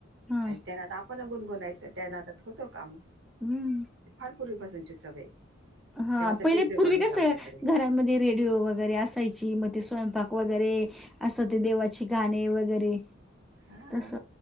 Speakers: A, in the centre; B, on the right.
A: हा.
B: आणि त्यांनादा आपण गुणगुनायचं त्या नादात होतो काम.
A: हम्म
B: फार पूर्वी पासूनची सवय
A: हा
B: तेव्हा तर
A: पहिले
B: टेप रेकॉर्ड
A: पूर्वी
B: होता
A: कस
B: आमच्याकडे
A: घरमध्ये रेडिओ वगैरे असायची मग ते स्वयंपाक वगैरे असं ते देवाची ची गाणी वगैरे
B: हा
A: तस